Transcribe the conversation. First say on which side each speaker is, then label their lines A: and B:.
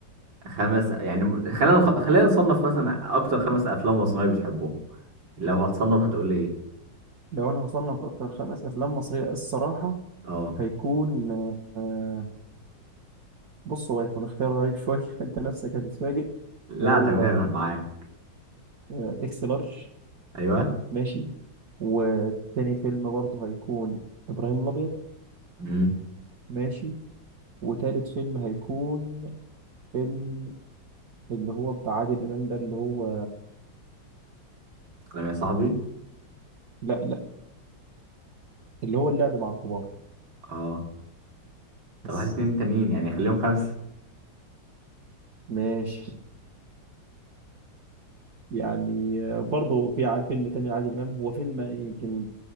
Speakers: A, on the right; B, on the right.
A: خمس يعني خلينا نخ- خلينا نصنف مثلا أكتر خمس أفلام مصرية بتحبهم لو هتصنف هتقول إيه؟
B: لو انا هصنف اكتر خمس افلام مصريه الصراحه
A: اه
B: هيكون آه، بص هو هيكون اختيار غريب شويه <laughs> انت نفسك هتتفاجئ
A: لا
B: وهو
A: تمام معاك
B: آه، اكس لارج
A: ايوه
B: ماشي وتاني فيلم برضه هيكون ابراهيم الابيض
A: امم
B: ماشي وتالت فيلم هيكون فيلم اللي هو بتاع عادل امام ده اللي هو
A: سلام يا صاحبي
B: لا لا اللي هو اللعب مع الكبار
A: اه طب
B: بس
A: هات اتنين تانيين يعني خليهم خمسه
B: ماشي يعني آه، برضه في ع- فيلم تاني لعادل امام هو فيلم يمكن